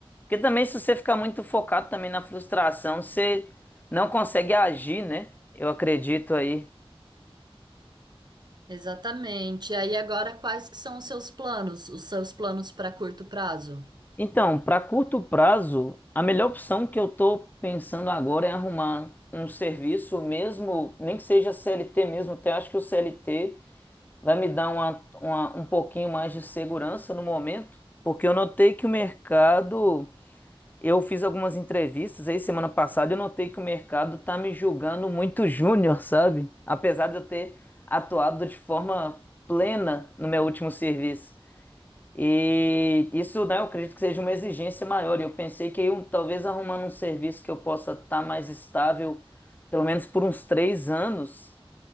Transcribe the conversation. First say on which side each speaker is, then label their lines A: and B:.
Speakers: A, on the left; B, on the right.
A: Porque também, se você ficar muito focado também na frustração, você não consegue agir, né? Eu acredito aí.
B: Exatamente. E aí agora quais que são os seus planos? Os seus planos para curto prazo?
A: Então, para curto prazo, a melhor opção que eu estou pensando agora é arrumar um serviço mesmo, nem que seja CLT mesmo, até acho que o CLT vai me dar uma, uma- um pouquinho mais de segurança no momento, porque eu notei que o mercado, eu fiz algumas entrevistas aí semana passada, eu notei que o mercado tá me julgando muito júnior, sabe? Apesar de eu ter atuado de forma plena no meu último serviço. E isso, né, eu acredito que seja uma exigência maior. E eu pensei que eu, talvez arrumando um serviço que eu possa estar mais estável, pelo menos por uns três anos,